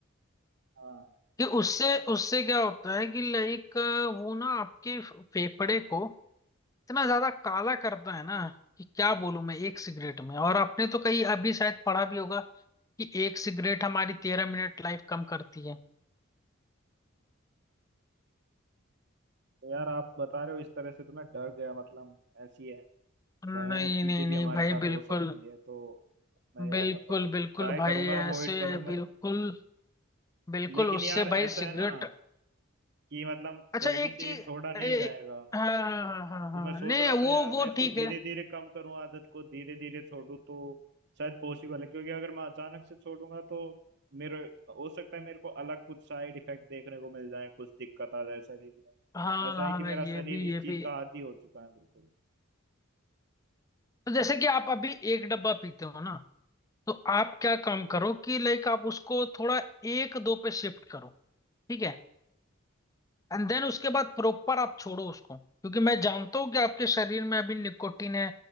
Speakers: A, on the right; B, on the left.
A: हाँ
B: कि उससे उससे क्या होता है कि लाइक वो ना आपके फेफड़े को इतना ज्यादा काला करता है ना कि क्या बोलूं मैं एक सिगरेट में और आपने तो कहीं अभी शायद पढ़ा भी होगा कि एक सिगरेट हमारी तेरह मिनट लाइफ कम करती है
A: तो यार आप बता रहे हो इस तरह से तो मैं डर गया मतलब ऐसी है
B: नहीं
A: भयानक चीजें
B: नहीं
A: भी
B: नहीं
A: हमारे
B: भाई
A: साथ
B: बिल्कुल
A: हो सकती है तो मैं
B: बिल्कुल
A: यार मतलब
B: बिल्कुल
A: ट्राई
B: भाई
A: करूंगा
B: ऐसे
A: अवॉइड करूं
B: है, बिल्कुल
A: मैं
B: बिल्कुल
A: लेकिन
B: उससे
A: यार
B: भाई
A: ऐसा
B: सिगरेट
A: है ना कि मतलब
B: अच्छा
A: जल्दी
B: एक
A: से
B: चीज
A: ये छोड़ा नहीं
B: ए,
A: जाएगा
B: हाँ हाँ हाँ हाँ हाँ,
A: तो मैं सोच
B: नहीं
A: रहा
B: वो
A: था यार
B: वो
A: मैं इसको
B: ठीक
A: धीरे
B: है
A: धीरे कम करूं आदत को धीरे धीरे छोड़ूं तो शायद पॉसिबल है क्योंकि अगर मैं अचानक से छोड़ूंगा तो मेरे हो सकता है मेरे को अलग कुछ साइड इफेक्ट देखने को मिल जाए कुछ दिक्कत आ जाए शरीर में
B: हाँ
A: ऐसा
B: हाँ
A: है कि
B: हाँ,
A: मेरा
B: ये
A: शरीर
B: भी
A: इस
B: ये
A: चीज
B: भी
A: का आदी हो चुका है बिल्कुल
B: तो जैसे कि आप अभी एक डब्बा पीते हो ना तो आप क्या काम करो कि लाइक आप उसको थोड़ा एक दो पे शिफ्ट करो ठीक है एंड देन उसके बाद प्रॉपर आप छोड़ो उसको क्योंकि मैं जानता हूँ कि आपके शरीर में अभी निकोटीन है